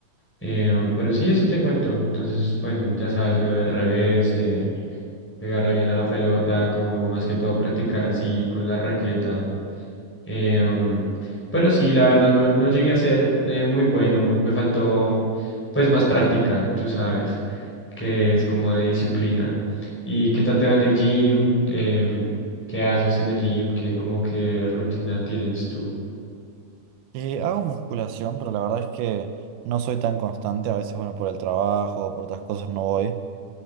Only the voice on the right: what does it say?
Eh, hago musculación, pero la verdad es que no soy tan constante. A veces, bueno, por el trabajo o por otras cosas no voy.